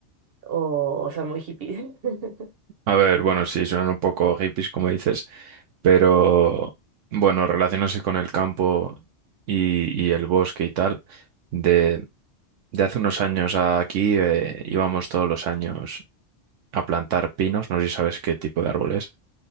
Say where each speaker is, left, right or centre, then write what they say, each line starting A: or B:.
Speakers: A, on the right (about 50°); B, on the right (about 80°).
A: o, o sea, muy hippie. <laughs>
B: A ver, bueno, sí, suenan un poco hippies, como dices, pero bueno, relacionándose con el campo y, y el bosque y tal, de, de hace unos años a aquí eh, íbamos todos los años a plantar pinos, no sé si sabes qué tipo de árboles